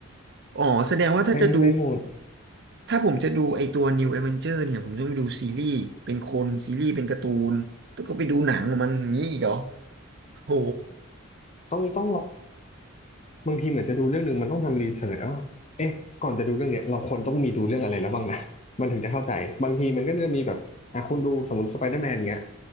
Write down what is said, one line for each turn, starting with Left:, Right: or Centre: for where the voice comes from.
Right: อ๋อแสดงว่าถ้าจะดู
Left: <laughs> เป็นไปหมด
Right: ถ้าผมจะดูไอตัว New Avenger เนี่ยผมต้องไปดูซีรีส์เป็นคนซีรีส์เป็นการ์ตูนแล้วก็ไปดูหนังของมันอย่างนี้อีกเหรอโห
Left: ต้องต้องลองบางทีเหมือนจะดูเรื่องหนึ่งมันต้องทำรีเสิร์ชแล้วว่าเอ๊ะก่อนจะดูเรื่องเนี้ยเราควรต้องมีดูเรื่องอะไรแล้วบ้างนะมันถึงจะเข้าใจบางทีมันก็จะมีแบบอ่ะคุณดูสมมติสไปเดอร์แมนเงี้ย